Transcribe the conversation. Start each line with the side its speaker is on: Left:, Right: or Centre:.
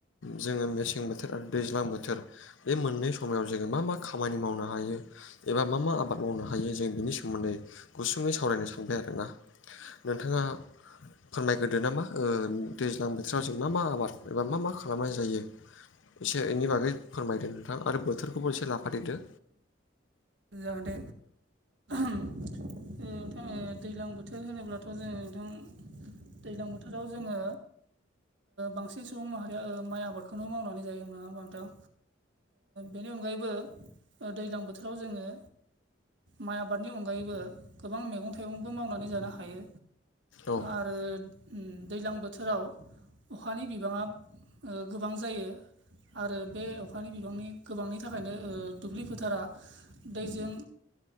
Left: जोङो मेसें बोथोर आरो दैज्लां बोथोर बे मोननै समायाव जोङो मा मा खामानि मावनो हायो एबा मा मा आबाद मावनो हायो जों बिनि सोमोन्दै गुसुङै सावरायनो सान थांबाय आरोोना नोंथाङा फोरमायग्रोदो नामा दैज्लां बोथोराव जों मा मा आबाद एबा मा मा खालामनाय जायो एसे इनि बागै फोरमायदों नोंथां आरो बोथोरखौबो एसे लाफादेदो
Right: जाहाथे नोंाङ दैज्लां बोथोर होनोब्लाथ' जोङो नोंथां दैज्लां बोथोराव जोङो बांसिन सुबुं माहारिया माइ आबादखौनो मावनानै जायोोना बांथां बेनि अनगायैबो दैज्लां बोथोराव जोङो माइ आबादनि अनगायैबो गोबां मैगं थाइगंबो मावनानै जानो हायो
Left: औ
Right: आरो दैज्लां बोथोराव अखानि बिबाङा गोबां जायो आरो बे अखानि बिबांनि गोबांनि थाखायनो दुब्लि फोथारा दैजों